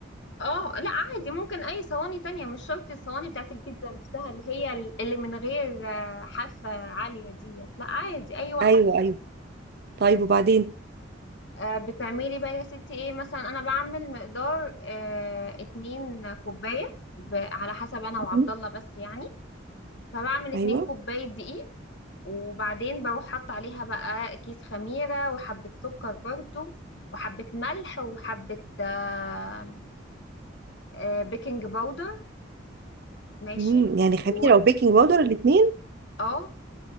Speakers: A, on the left; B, on the right.
A: اه لا عادي ممكن اي صواني تانية مش شرط الصواني بتاعت البيتزا نفسها اللي هي ال- اللي من غير آه، حافة عالية ديت لا عادي اي واحدة
B: ايوه ايوه طيب وبعدين
A: آه، بتعملي بقى يا ستي ايه مثلا انا بعمل مقدار آه، اتنين كوباية ب- على حسب انا وعبد
B: مم.
A: الله بس يعني فبعمل اتنين
B: ايوه
A: كوباية دقيق وبعدين بروح حط عليها بقى كيس خميرة وحبة سكر برضو وحبة ملح وحبة آه، آه، بيكنج باودر ماشي
B: امم يعني خميرة
A: و
B: وبيكنج باودر الاثنين
A: اه